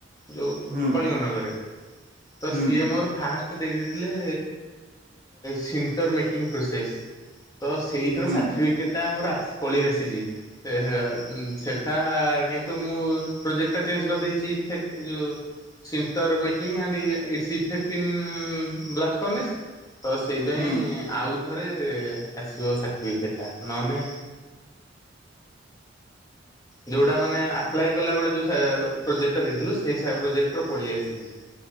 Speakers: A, on the left (about 20°); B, on the right (about 40°).
A: ଯଉ
B: ହୁଁ
A: କଳିଙ୍ଗ ନଗରରେ ତ
B: ହୁଁ
A: ସିଏ ମୋର ଫାଷ୍ଟ ଦେଇ ଦେଇଥିଲେ ସିଣ୍ଟର ମେକିଂ ପ୍ରୋସେସ୍। ତ ସେଇଥିର
B: ହୁଁ
A: ସାର୍ଟିଫିକେ ସେଟା ମୋର ଆ ପଳିଆସିଛି ହେ ସେଟା କିନ୍ତୁ ମୁଁ ପ୍ରୋଜେ ଟା ଚେଞ୍ କରିଦେଇଛି ଫେ ଏ ଯୋ ସିଣ୍ଟର ମେକିଂ ଆଣ୍ଡ ଏ ଏସିଫେକ୍ଟିନ୍ ବ୍ଲାଷ୍ଟ ପନସ୍ ତ ସେଇଥିପାଇଁ
B: ହୁଁ
A: ଆଉଥରେ ଆସିବ ସାର୍ଟିଫିକେଟଟା ନହେନେ ଯେଉଁଟା ମାନେ ଆପ୍ଲାଏ କଲାବେଳେ ଯେଉ ସା ପ୍ରୋଜେକ୍ଟା ଦେଇଥିଲୁ ସେଇ ପ୍ରୋଜେକ୍ଟର ପଳେଇ ଆସିଛି।